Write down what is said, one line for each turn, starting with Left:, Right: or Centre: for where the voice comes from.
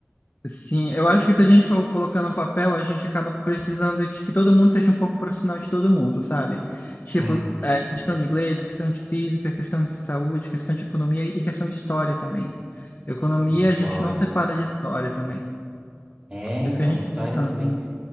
Left: sim, eu acho que se a gente for colocando um papel, a gente acaba precisando de que todo mundo seja um pouco profissional de todo mundo, sabe? Tipo,
Right: Hum,
Left: é, questão de inglês, questão de física, questão de saúde, questão de economia e questão de história também. Economia
Right: história.
Left: a gente não separa de história também.
Right: É,
Left: Por
Right: então
Left: isso que a gente
Right: história
Left: não tá tanto.
Right: também.
Left: no-